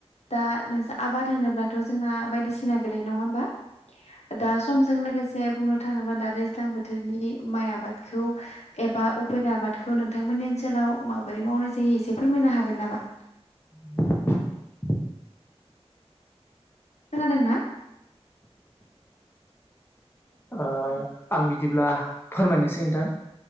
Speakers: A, on the left; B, on the left.
A: दा नोंसा आबाद होनोब्लाथ' जोंना बायदिसिना गोलैयो नङा होमबा दा समजों लोगोसे बुंनो थाङोब्ला दा दैज्लां बोथोरनि माइ आबाद एबा उफेर आबादखौ नोंथांमोननि ओनसोलाव माबोरै मावनाय जायो एसे फोरमायनो हागोन नामा?
B: <unintelligible>
A: खोनादों ना?
B: औ आं बिदिब्ला फोरमायनोसै नोंथां